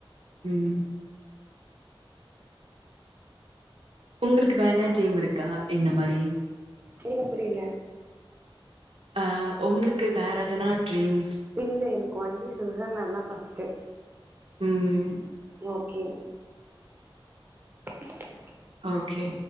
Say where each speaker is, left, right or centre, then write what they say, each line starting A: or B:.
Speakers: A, on the right; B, on the right.
A: ம் உங்களுக் வேணா ட்ரீம் இருக்கா இந்த மாரி
B: இல்ல புரில
A: அ உங்ளுக்கு வேற எதனா ட்ரீம்ஸ்
B: இல்ல எனக் ஒன்லி சுவிசர்லாண்ட் தா பஸ்ட்டு
A: ம்
B: ஓகே <inaudible>
A: ஓகே